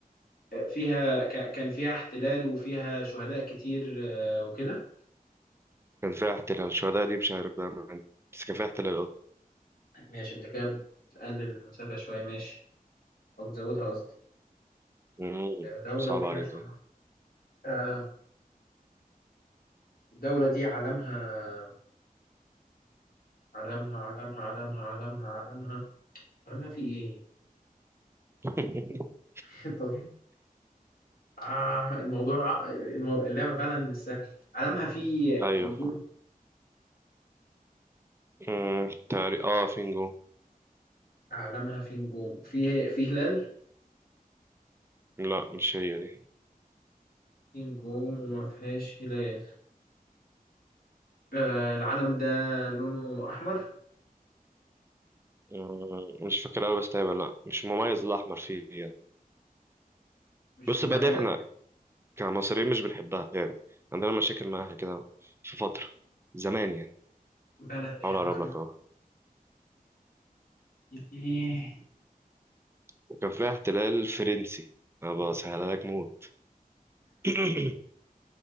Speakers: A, on the left; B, on the right.
A: فيها ك- كان فيها احتلال وفيها شهداء كتير آه، وكده
B: كان فيها احتلال الشهداء دي مش عارف بقى من- بس كان فيها احتلال اه
A: ماشي انت كده بتقلل المسافة شوية ماشي او بتزودها قصدي
B: مم.
A: آه، دولة
B: صعب
A: وفيها
B: عليك
A: شهداء
B: أيوة
A: آه، الدولة دي علمها علمها علمها علمها علمها علمها علمها في ايه؟
B: <laughs>
A: <laughs> طب- آه الموضوع المو- اللعبة فعلا لسه علمها في
B: أيوه
A: نجوم
B: مم. تاري اه فينجو
A: علمها في نجوم في في هلال
B: لا مش هي دي
A: في نجوم وما فيهاش هلال آه العلم ده لونه أحمر
B: مم. مش فاكر أوي بس تقريبا لا مش مميز الأحمر فيه يعني
A: مش
B: بص
A: مميز
B: بقى دي احنا كمصريين مش بنحبها يعني عندنا مشاكل معاها كده في فترة زمان يعني
A: بلد احنا
B: حاول أقرب
A: كنا
B: لك أهو
A: ايه
B: وكان فيها احتلال فرنسي أنا بسهلها لك موت <clears throat>